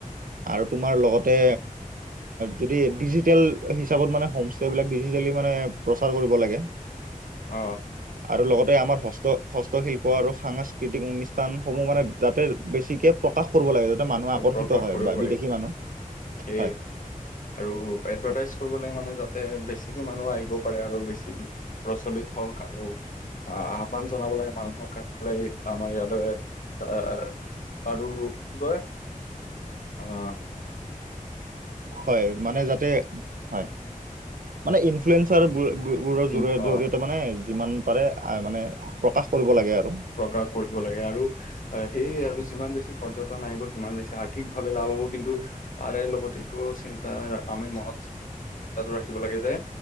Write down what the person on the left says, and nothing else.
অ
প্ৰকাশ
কৰিব
পাৰি
সেয়ে
আৰু এডভাৰটাইজ
কৰিবলৈ মানে যাতে বেছিকে মানুহ আহিব পাৰে আৰু বেছি প্ৰচলিত হওঁক আৰু আহ-আহ্বান জনাব লাগে মানুহক। আমাৰ ইয়ালৈ অহ, আৰু কি কয়? অহ।
ইন
অ
প্ৰকাশ কৰিব লাগে আৰু হয় সেইয়ে আৰু যিমান বেছি পৰ্যটন আহিব সিমান বেছি আৰ্থিকভাৱে লাভ হ'ব কিন্তু তাৰে লগতে এইটো চিন্তা আমি ম ৰাখিব লাগে যে